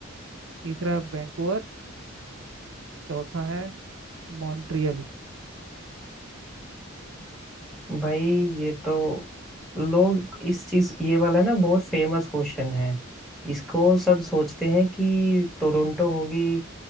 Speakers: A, on the right; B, in the centre.
A: तीसरा है वैंकूवर चौथा है मॉन्ट्रियल
B: भाई ये तो लोग इस चीज ये वाला ना बहुत फेमस क्वेश्चन है इसको सब सोचते हैं कि टोरंटो होगी